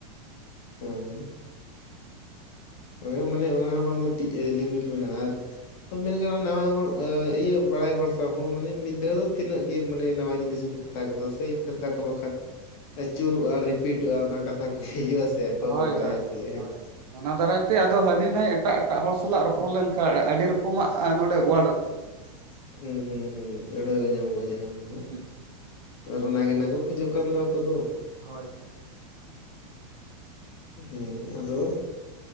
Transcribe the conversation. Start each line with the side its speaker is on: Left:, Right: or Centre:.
Left: ᱦᱳᱭ᱾ ᱦᱳᱭ ᱢᱟᱱᱮ ᱚᱱᱟ ᱦᱚᱸ ᱢᱤᱫᱴᱤᱡ ᱞᱤᱢᱤᱴ ᱢᱮᱱᱟᱜ-ᱟ ᱟᱨ ᱛᱚ ᱢᱮᱱ ᱜᱟᱱᱚᱜ-ᱟ ᱱᱟᱣᱟ ᱦᱚᱲ ᱚᱻ ᱤᱭᱟᱹ ᱵᱟᱲᱟᱭ ᱦᱚᱲ ᱥᱟᱶ ᱦᱚᱸ ᱢᱟᱱᱮ ᱢᱤᱫ ᱫᱷᱟᱹᱣ ᱫᱚ ᱛᱤᱱᱟᱹᱜ ᱜᱮ ᱢᱟᱱᱮ ᱱᱟᱣᱟ ᱡᱤᱱᱤᱥ ᱵᱮᱱ ᱠᱟᱛ ᱠᱟᱛᱷᱟ ᱠᱚᱫᱚ ᱥᱟᱹᱭ ᱠᱟᱛᱷᱟ ᱠᱚ ᱵᱟᱠᱷᱟᱱ ᱟᱹᱪᱩᱨᱚᱜ-ᱟ ᱨᱤᱯᱤᱴᱚᱜ-ᱟ ᱚᱱᱟ ᱠᱟᱛᱷᱟ ᱠᱚᱜᱮ ᱦᱤᱡᱩᱜ-ᱟ ᱥᱮ ᱥᱮ ᱟᱠᱚ ᱜᱮᱠᱚ
Right: ᱦᱳᱭ
Left: ᱵᱟᱲᱟᱭᱟ
Right: ᱦᱳᱭ
Left: ᱯᱟᱞᱮ ᱦᱮᱸ᱾
Right: ᱦᱳᱭ ᱚᱱᱟ ᱫᱟᱨᱟᱭ ᱛᱮ ᱟᱫᱚ ᱦᱟᱹᱱᱤ ᱱᱟᱭ ᱮᱴᱟᱜ ᱮᱴᱟᱜ ᱦᱚᱲ ᱥᱟᱞᱟᱜ ᱨᱚᱯᱚᱲ ᱞᱮᱱ ᱠᱷᱟᱡ ᱟᱹᱰᱤ ᱨᱚᱠᱚᱢᱟᱜ ᱟᱸᱻ ᱱᱚᱸᱰᱮ <unintelligible>
Left: ᱦᱩᱸ, ᱦᱩᱸ ᱦᱩᱸ ᱦᱩᱸ ᱟᱹᱲᱟᱹ ᱧᱟᱢᱚᱜ-ᱟ ᱡᱟᱦᱟᱸ ᱫᱚ ᱦᱟᱸᱜ᱾
Right: ᱦᱩᱸ
Left: ᱟᱨ ᱚᱱᱟ ᱜᱮ ᱱᱟᱜ ᱠᱚ ᱠᱷᱚᱡᱚᱜ ᱠᱟᱱ ᱫᱚ ᱟᱠᱚ ᱫᱚ᱾
Right: ᱦᱚᱭ ᱦᱚᱭ᱾
Left: ᱦᱩᱸ ᱟᱫᱚ